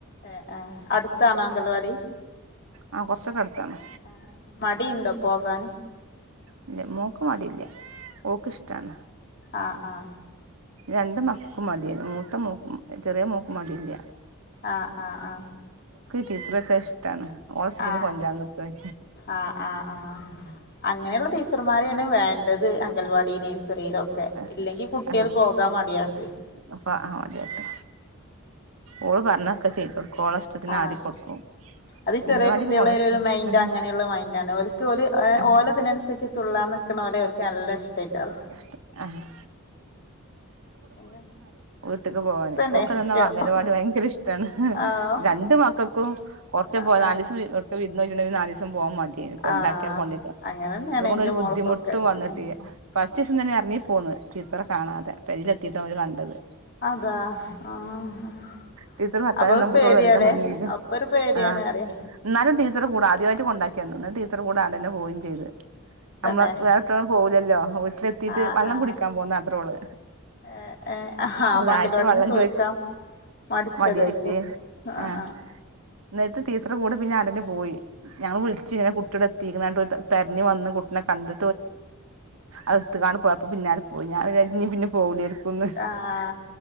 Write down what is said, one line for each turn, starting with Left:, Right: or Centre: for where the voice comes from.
Left: ഏ ആ അടുത്താണോ അങ്കലവാടി
Right: ആ കൊറച്ചൊക്കെ അടുത്താണ്
Left: ആ മ മടിയുണ്ടോ പോകാൻ
Right: ഇല്ല മോക്ക് മടിയില്ല ഓക്ക് ഇഷ്ടാണ്
Left: ആഹ് ആഹ്
Right: രണ്ട് മക്കക്കും മടിയാരുന്നു മൂത്ത മോക്കും ചെറിയ മോക്ക് മടിയില്ല
Left: ആ ആ ആ
Right: ടീച്ചറ് വച്ചാ ഇഷ്ടാണ് ഓളെ ഇഷ്ടത്തിന്
Left: ആ
Right: കൊഞ്ചാൻ കിട്ടും
Left: ആ ആ ആ അങ്ങനെയുള്ള ടി ച്ചറ് മാരെയാണ് വേണ്ട ത് അങ്കൽവാടി നഴ്സറിയിലും ഒക്കെ
Right: ആ
Left: ഇല്ലെങ്കിൽ കുട്ടികൾ പോകാൻ മടിയാകും
Right: അപ്പൊ ആ മതിയാട്ടോ ഓള് പറഞ്ഞൊക്കെ ചെയ്ത് കൊടുക്കും ഓളെ ഇഷ്ടത്തിന്
Left: ആ
Right: ആടി കൊടുക്കും
Left: അത് ചെറിയ
Right: അംഗനവാടിക്ക്
Left: കുട്ടികളുടെ
Right: പോണ
Left: ഒരു
Right: ഇഷ്ട
Left: ഒരു മൈൻഡ് അങ്ങനെയുള്ള മൈൻഡാണ് ഓല്ക്ക് ഒരു
Right: ആഹ്
Left: ഓലത്തിനുസരിച്ച തുള്ളാന്ന് ക്കുന്നോരെ ഓല്ക്ക് നല്ല ഇഷ്ടായിരിക്കും
Right: ഇഷ്ട ആഹ്
Left: പിന്നെ
Right: ഒറ്റക്ക് പോവാൻ
Left: തന്നെ
Right: ഓക്കുതെന്താവോ
Left: യോ
Right: അംഗനവാടി ഭയങ്കര ഇഷ്ടാണ്
Left: ആഹ്
Right: രണ്ട് മക്കൾക്കും കുറച്ച്
Left: ആഹ്
Right: പോകാ
Left: ആഹ്
Right: വിരുന്ന് പോയിട്ടുണ്ടേ ഒരു നാല് ദിവസ പോവാൻ മടിയാണ് കൊണ്ടാക്കുക
Left: ആഹ്
Right: കൊണ്ടൊരുക
Left: അങ്ങനെന്നെയാണ്
Right: അവളെക്കൊണ്ട്
Left: എന്റെ
Right: ഒരു ബുദ്ധിമുട്ട്
Left: മോൾക്കൊക്കെ
Right: ഒട്ടും വന്നിട്ടില്ല
Left: ഉം
Right: ഫസ്റ്റ് ദിവസം തന്നെ എറങ്ങി പോ ടീച്ചറ് കാണാതെ പൊരെല് യിലെത്തിയിട്ടാ അവര് കണ്ടത്
Left: അതാ ആഹ്
Right: ടീച്ചർ
Left: അപ്പൊ
Right: എല്ലാം
Left: ഒരു പേടിയാലേ
Right: മുങ്ങീന്
Left: അപ്പൊ ഒരു പേടിയാണ്
Right: ആ
Left: അറിയ
Right: എന്നാലും ടീച്ചർ കൂടാ ആദ്യമായി കൊണ്ടാക്കിയന്ന് അന്നേരം ടീച്ചർ കൂടെ ഞാൻ തന്നെ പോകയും ചെയ്ത് നമ്മള്
Left: തന്നെ
Right: വേറൊടുത്തും പോവൂല്ലല്ലോ വീട്ടിലെത്തീട്ട്
Left: ആഹ്
Right: വെള്ളം
Left: ആഹ്
Right: കുടിക്കാൻ പോന്ന അത്രേ ഉള്ളൂ
Left: ഏഹ് ഏഹ് ആഹ്
Right: അപ്പൊ ദാഹിച്ച്
Left: അംഗൽവാടിന്ന്
Right: വെള്ളം
Left: ചോയിച്ചാ
Right: ചോയ്
Left: മടിച്ചതായിക്കും
Right: മടിയായിട്ട്
Left: ആഹ്
Right: ആ എന്നിട്ട് ടീച്ചർ കൂടെ പിന്നെ അങ്ങോട്ട് തന്നെ പോയി ഞാൻ വിളിച്ചു ഇങ്ങനെ കുട്ടിയുടെ എത്തിക്കണേ പറഞ്ഞു തെ തെരഞ്ഞ് വന്ന് കുട്ടിനെ കണ്ട് അടുത്ത് കാണെ അപ്പൊ പിന്നാലെ പോയി ഞാൻ വിചാരിച്ച് ഇനി പിന്നെ പോവൂലേന്ന ന്ന്
Left: ആഹ്